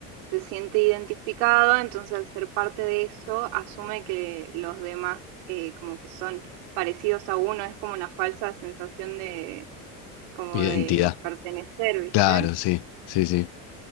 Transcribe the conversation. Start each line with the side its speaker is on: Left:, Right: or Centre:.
Right: se siente identificado, entonces al ser parte de eso, asume que los demás eh, como que son parecidos a uno, es como una falsa sensación de como
Left: Identidad.
Right: de pertenecer, ¿viste?
Left: Claro, sí, sí, sí.